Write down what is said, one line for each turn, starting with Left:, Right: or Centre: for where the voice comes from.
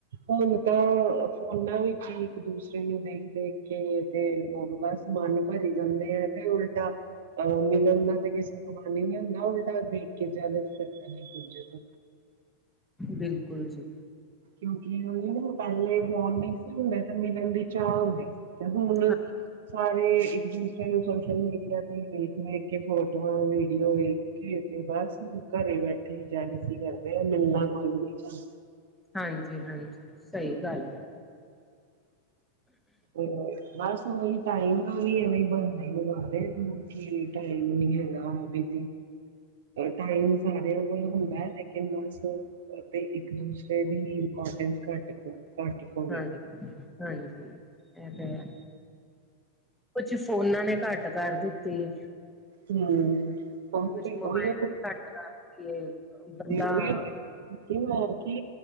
Right: ਹੁਣ ਤਾਂ, ਫੋਨਾਂ ਵਿੱਚ ਹੀ ਇੱਕ, ਦੂਸਰੇ ਨੂੰ ਦੇਖ ਦੇਖ ਕੇ ਤੇ ਲੋਕ ਬਸ ਮਨ ਭਰੀ ਜਾਂਦੇ ਹੈ ਤੇ ਉਲਟਾ ਉਹ ਮਿਲਣ ਦਾ ਕਿਸੇ ਨੂੰ ਮਨ ਨਹੀਂ ਹੁੰਦਾ ਉਲਟਾ ਦੇਖ ਕੇ ਜੈਲਸ ਕਰਦੇ ਦੂਜੇ ਤੋਂ
Centre: ਬਿਲਕੁਲ ਜੀ
Right: ਕਿਉਂਕਿ, ਉਹਦੇ ਨਾ ਪਹਿਲੇ ਫੋਨ ਨਹੀਂਸੀ ਹੁੰਦਾ ਤੇ ਮਿਲਣ ਦੇ ਚਾਹਅ ਹੁੰਦੇ ਸੀ ਤੇ ਹੁਣ
Centre: ਹਾਂ-
Right: ਸਾਰੇ ਇੱਕ ਦੂਸਰੇ ਨੂੰ ਸੋਸ਼ਲ ਮੀਡੀਆ ਤੇ ਹੀ ਵੇਖ -ਵੇਖ ਕੇ ਫੋਟੋਆਂ, ਵੀਡੀਓ, ਵੇਖ ਘ ਕੇ ਬਸ ਘਰੇ ਬੈਠੇ ਹੀ ਜੈਲਸੀ ਕਰਦੇ ਆ ਮਿਲਣਾ ਕੋਈ ਵੀ ਨੀ ਚਾਹੰਦਾ
Centre: ਹਾਂਜੀ ਹਾਂਜੀ, ਸਹੀ ਗੱਲ ਹੈ।
Right: ਹੋ, ਬਸ ਉਹੀ ਟਾਈਮ ਦਾ ਵੀ ਐਵੇਂ ਬਣਦਾ ਹੀ ਲਗਾ ਕੀ ਟਾਈਮ ਨੀ ਹੈਗਾ ਬੀ।
Centre: <unintelligible>
Right: ਟਾਈਮ ਸਾਰਿਆਂ ਕੋਲ ਹੁੰਦਾ ਲੇਕਿਨ ਮਸ ਤੇ ਇੱਕ ਦੂਸਰੇ ਦੀ ਇਪੋਰਟੈਂਸ ਘੱਟ ਹੋ ਗਈ
Centre: ਹਾਂਜੀ -ਹਾਂਜੀ ਐ ਤੇ ਹੈ ਕੁਛ ਫੋਨਾ ਨੇ ਘੱਟ ਕਰ ਦਿੱਤੀ ਹੈ।
Right: ਹਮ ਉਹ
Centre: ਕੁਛ ਮੋਬਾਇਲ
Right: ਉਹੀ
Centre: ਨੇ ਘੱਟ ਕਰ ਦਿੱਤੀ ਏ। ਬੰਦਾ
Right: ਉਹੀ ਮੈਂ ਕਿ